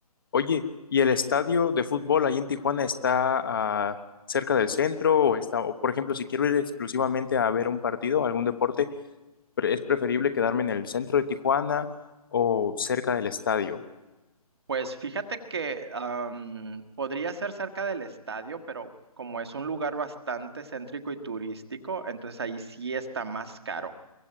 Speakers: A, on the left (about 35°); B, on the right (about 40°).
A: Oye, ¿y el estadio de fútbol allí en Tijuana está ah, cerca del centro o está, o por ejemplo, si quiero ir exclusivamente a ver un partido, algún deporte, Pre- es preferible quedarme en el centro de Tijuana o cerca del estadio.
B: Pues fíjate que am, podría ser cerca del estadio, pero como es un lugar bastante céntrico y turístico, entonces ahí sí está más caro.